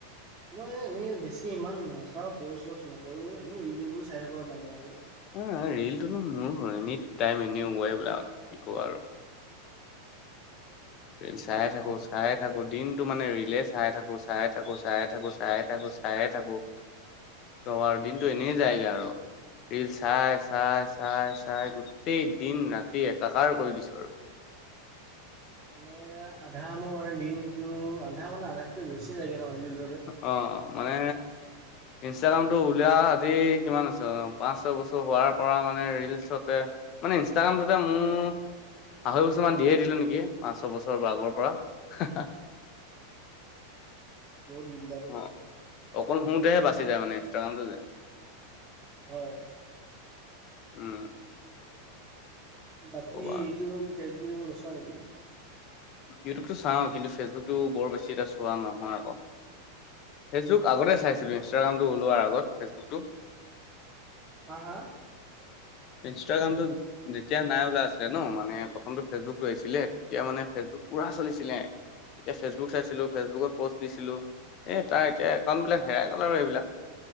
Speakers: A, on the right; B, on the left.
A: মই এনেই বেছি ইমান নাচাওঁ পোষ্ট - চষ্ট নকৰোঁ এনেই ৰিলবোৰ চাই থাকোঁ আৰু মাজে মাজে।
B: অ ৰিল টোনো মোৰ হয় এনি টাইম ৱাই বোলো কি কবা আৰু। ৰিল চাই
A: ৰিলবোৰ
B: থাকো চাই থাকোঁ দিনতটো মানে ৰিলে চাই থাকোঁ চাই থাকোঁ চাই থাকোঁ চাই থাকোঁ চাই থাকোঁ। কি কবা আৰু দিনটো এনেই যায়গে আৰু। ৰিল চাই চাই চাই চাই গোটেই দিন ৰাতি একাকাৰ কৰি দিছো আৰু।
A: মানে আধা মোৰ মানে দিনটো আধা মানে আধাতকৈ বেছি লাগে তাৰ মানে ৰিল।
B: অ' মানে। ইনষ্টাগ্ৰামটো উলিয়া আজি কিমান আছে পাঁচ ছয় বছৰ হোৱাৰ পৰা মানে ৰিল চাওঁতে। মানে ইনষ্টাগ্ৰামটোটে মোৰ। আঢ়ৈ বছৰমান দিয়ে দিলোঁ নেকি পাঁচ ছয় বছৰ বা আগৰ পৰা। হুহ।
A: দিলা ৰে।
B: অ অকল শুৱতে বাচি যায় মানে ইনষ্টাগ্ৰামটো যে।
A: হয়
B: উম
A: বাকী
B: কবা
A: এইটো ফেচবুক এইবোৰ নোচোৱা নেকি।
B: ইউটিউবটো চাওঁ কিন্তু ফেচবুকটো বৰ বেছি এটা চোৱা নহয় আকৌ। ফেচবুক আগতে চাইছিলোঁ ইনষ্টাগ্ৰামটো ওলোৱাৰ আগত ফেচবুকটো।
A: হা হা
B: ইনষ্টাগ্ৰামটো। যেতিয়া নাই উলোৱা আছিলে ন মানে প্ৰথমটো ফেচবুকটো আহিছিলে তেতিয়া মানে ফেচবুক পুৰা চলিছিলে। এতিয়া ফেচবুক চাইছিলো ফেচবুকত পোষ্ট দিছিলো এই তাৰ এতিয়া একাউণ্ট বিলাক হেৰাই গ'ল আৰু এইবিলাক।